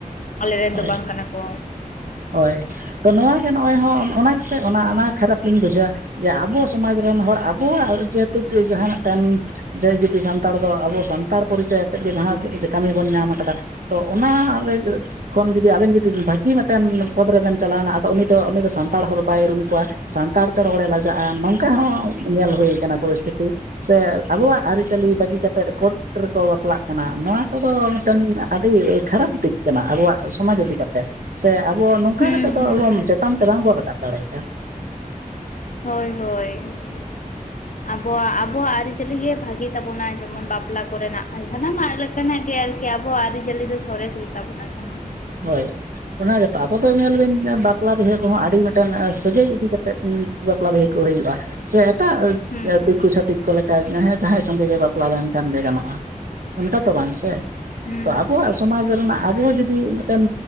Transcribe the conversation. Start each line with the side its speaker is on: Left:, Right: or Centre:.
Left: ᱟᱞᱮ ᱨᱮᱱ
Right: ᱦᱳᱭ
Left: ᱫᱚ ᱵᱟᱝ ᱠᱟᱱᱟ ᱠᱚ᱾
Right: ᱦᱳᱭ, ᱛᱚ ᱱᱚᱣᱟᱜᱮ ᱱᱚᱜᱼᱚᱭ ᱦᱚᱸ ᱚᱱᱟ ᱜᱮᱥᱮ ᱚᱱᱟ ᱚᱱᱟ ᱠᱷᱟᱨᱟᱯ ᱞᱤᱧ ᱵᱩᱡᱷᱟᱹᱣᱼᱟ᱾ ᱡᱮ ᱟᱵᱚ ᱥᱚᱢᱟᱡᱽ ᱨᱮᱱ ᱦᱚᱲ ᱟᱵᱚᱣᱟᱜ ᱡᱨᱦᱮᱛᱩ ᱠᱩᱡ ᱡᱟᱦᱟᱸ ᱢᱤᱫᱴᱮᱱ ᱡᱮᱭ ᱡᱩᱫᱤ ᱥᱟᱱᱛᱟᱲ ᱫᱚ ᱟᱵᱚ ᱥᱟᱱᱛᱟᱲ ᱯᱚᱨᱤᱪᱚᱭ ᱟᱛᱮᱫ ᱜᱮ ᱡᱟᱦᱟᱸ ᱪᱮ ᱠᱟᱹᱢᱤ ᱵᱚᱱ ᱧᱟᱢ ᱠᱟᱫᱟ᱾ ᱛᱚ ᱚᱱᱟ ᱨᱮ ᱠᱷᱚᱱ ᱡᱩᱫᱤ ᱟᱵᱮᱱ ᱡᱩᱫᱤ ᱵᱷᱟᱹᱜᱤ ᱢᱤᱫᱴᱮᱱ ᱯᱚᱫ ᱨᱮᱵᱮᱱ ᱪᱟᱞᱟᱣᱱᱟ ᱟᱫᱚ ᱩᱱᱤ ᱫᱚ ᱩᱱᱤ ᱫᱚ ᱥᱟᱱᱛᱟᱲ ᱦᱚᱲ ᱵᱟᱭ ᱩᱨᱩᱢ ᱠᱚᱣᱟ, ᱥᱟᱱᱛᱟᱲ ᱛᱮ ᱨᱚᱲᱮ ᱞᱟᱡᱟᱜᱼᱟ ᱱᱚᱝᱠᱟ ᱾ ᱚᱱᱠᱟ ᱦᱚᱸ ᱧᱮᱞ ᱦᱩᱭᱩ ᱟᱠᱟᱱᱟ ᱯᱚᱨᱤᱥᱛᱷᱤᱛᱤ ᱾ ᱥᱮ ᱟᱵᱚᱣᱟᱜ ᱟᱹᱨᱤ ᱪᱟᱹᱞᱤ ᱵᱟᱹᱜᱤ ᱠᱟᱛᱮᱫ ᱠᱳᱰ ᱨᱮᱠᱚ ᱵᱟᱯᱞᱟᱜ ᱠᱟᱱᱟ ᱱᱚᱣᱟ ᱠᱚᱫᱚ ᱢᱤᱫᱴᱮᱱ ᱟᱹᱰᱤ ᱠᱷᱟᱨᱟᱯ ᱫᱤᱠ ᱠᱟᱱᱟ ᱟᱵᱚᱣᱟᱜ ᱥᱚᱢᱟᱡᱽ ᱤᱫᱤ ᱠᱟᱛᱮ ᱾ ᱥᱮ ᱟᱵᱚ ᱱᱚᱝᱠᱟ
Left: ᱦᱩᱸ
Right: ᱠᱟᱛᱮ ᱫᱚ
Left: ᱦᱩᱸ
Right: ᱟᱵᱚ ᱪᱮᱛᱟᱱ ᱛᱮ ᱵᱟᱝ ᱵᱚᱱ ᱨᱟᱠᱟᱵ ᱫᱟᱲᱮᱭᱟᱜᱼᱟ ᱾
Left: ᱦᱳᱭ ᱦᱳᱭ ᱾ ᱟᱵᱚᱣᱟᱜ ᱟᱵᱚᱣᱟᱜ ᱟᱹᱨᱤᱪᱟᱹᱞᱤ ᱜᱮ ᱵᱷᱟᱹᱜᱤ ᱛᱟᱵᱚᱱᱟ, ᱡᱮᱢᱚᱱ ᱵᱟᱯᱞᱟ ᱠᱚᱨᱮᱱᱟᱜ ᱥᱟᱱᱟᱢᱟᱜ ᱞᱮᱠᱟ ᱾ ᱚᱱᱠᱟᱱᱟᱜ ᱜᱮ ᱟᱨᱠᱤ ᱟᱵᱚᱣᱟᱜ ᱟᱹᱨᱤᱪᱟᱹᱞᱤ ᱫᱚ ᱥᱚᱨᱮᱥ ᱜᱮᱛᱟ ᱵᱚᱱᱟ ᱥᱟᱱᱟᱢ ᱾
Right: ᱦᱳᱭ ᱾ ᱚᱱᱟ ᱜᱮᱛᱚ ᱟᱵᱚ ᱫᱚ ᱧᱮᱞ ᱵᱮᱱ ᱵᱟᱯᱞᱟ ᱵᱤᱦᱟᱹ ᱠᱚᱦᱚᱸ ᱟᱹᱰᱤ ᱢᱤᱴᱟᱱ ᱥᱟᱹᱜᱟᱹᱭ ᱤᱫᱤ ᱠᱟᱛᱮ ᱩᱻ ᱵᱟᱯᱞᱟ ᱵᱤᱦᱤ ᱠᱚ ᱦᱩᱭᱩᱜᱼᱟ ᱥᱮ ᱮᱴᱟᱜ
Left: ᱦᱩᱸ ᱦᱩᱸ
Right: ᱫᱤᱠᱩ ᱪᱷᱛᱤᱠ ᱠᱚ ᱞᱮᱠᱟ ᱡᱟᱦᱟᱸᱭ ᱥᱚᱸᱜᱮ ᱜᱮ ᱵᱟᱯᱞᱟ ᱞᱮᱱᱠᱷᱟᱱ ᱜᱮ ᱜᱟᱱᱚᱜᱼᱟ, ᱚᱱᱠᱟ ᱛᱚ ᱵᱟᱝ ᱥᱮ ᱾
Left: ᱦᱩᱸ
Right: ᱛᱚ ᱟᱵᱚᱣᱟᱜ ᱥᱚᱢᱟᱡᱽ ᱨᱮᱱᱟᱜ ᱟᱵᱚ ᱡᱩᱫᱤ ᱢᱤᱫᱴᱮᱱ